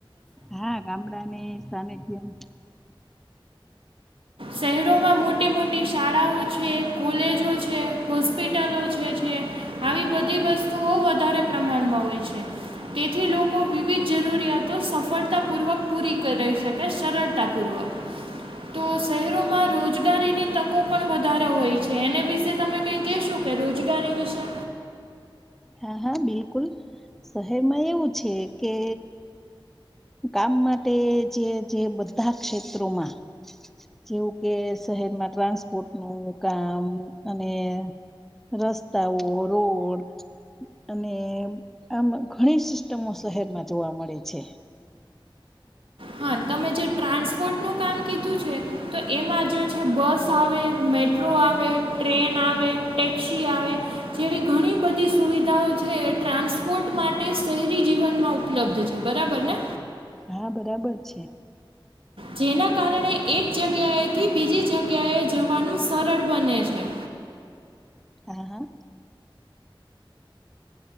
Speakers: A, in the centre; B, on the right (about 80°).
A: હા ગામડા ની સ્નેમ હમ.
B: શહેરોમાં મોટી મોટી શાળાઓ છે કોલેજો છે હોસ્પિટલો જે છે આવી બધી વસ્તુઓ વધારે પ્રમાણમાં હોય છે તેથી લોકો વિવિધ જરૂરિયાતો સફળતાપૂર્વક પૂરી કરી શકે સરળતા પૂર્વક તો શહેરોમાં રોજગારીની તકો પણ વધારે હોય છે એને વિશે તમે કંઈ કહેશો કે રોજગારી વિશે
A: હા હા બિલકુલ શહેરમાં એવું છે કે કામ માટે જે જે બધા ક્ષેત્રોમાં જેવું કે શહેરમાં ટ્રાન્સપોર્ટ નું કામ અને રસ્તાઓ, રોડ અને આમ ઘણી સિસ્ટમો શહેરમાં જોવા મળે છે.
B: હા તમે જે ટ્રાન્સપોર્ટનું કામ કીધું છે તો એમાં જે છે બસ આવે, મેટ્રો આવે, ટ્રેન આવે, ટેક્ક્ષ આવે જેવી ઘણી બધી સુવિધાઓ છે એ ટ્રાન્સપોર્ટ માટે શહેરી જીવનમાં ઉપલબ્ધ છે બરાબર ને
A: હા બરાબર છે.
B: જેના કારણે એક જગ્યાએથી બીજી જગ્યાએ જવાનું સરળ બને છે.
A: હા હા.